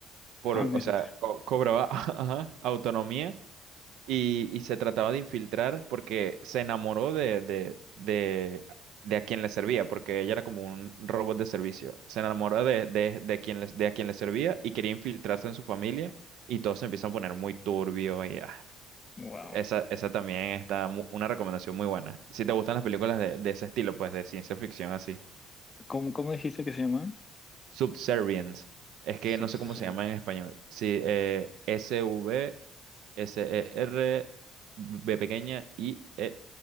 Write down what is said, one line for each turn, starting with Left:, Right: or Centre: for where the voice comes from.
Right: por,
Left: Ah, mira
Right: o sea,
Left: tú.
Right: co- cobraba <laughs> ajá, autonomía y, y se trataba de infiltrar porque se enamoró de, de, de, de a quien le servía, porque ella era como un robot de servicio. Se enamoró de, de, de quien les- de a quien le servía y quería infiltrarse en su familia y todo se empieza a poner muy turbio y ah,
Left: Wow.
Right: esa, esa también está mu- una recomendación muy buena. Si te gustan las películas de, de ese estilo, pues de ciencia ficción así.
Left: ¿Cómo, cómo dijiste que se llama?
Right: Subservience. Es que
Left: Subservient.
Right: no sé cómo se llama en español. Sí, eh, S-V-S-E-R, B pequeña, i E